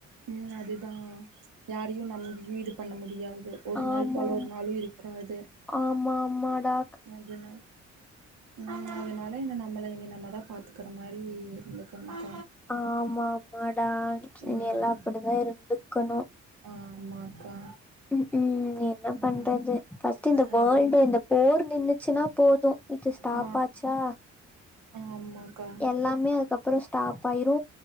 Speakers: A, on the right; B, in the centre.
A: ம் அதுதா யாரையு நம்பியு இது பண்ண முடியாது ஒரு நாள்
B: ஆமா
A: போல ஒரு நாளு இருக்காது
B: ஆமா மாடா
A: அதுன ம் அதனால என்ன நம்மள இனி நம்ம தா பாத்துக்கிற மாரி இருந்துக்கனுகா
B: ஆமா ஆமாடா
A: ம்
B: நீ எல்லா அப்டித்தா இருந்துக்கணு
A: ஆமாக்கா
B: ம் என்ன
A: ம்
B: பண்றது ஃபஸ்ட் இந்த வேர்ல்டு
A: அதுதா
B: இந்த போர் நின்ச்சுனா போது இது ஸ்டாப்
A: ஆ
B: ஆச்சா
A: ஆமாக்கா
B: எல்லாமே அதுக்கப்புறோ ஸ்டாப் ஆயிரு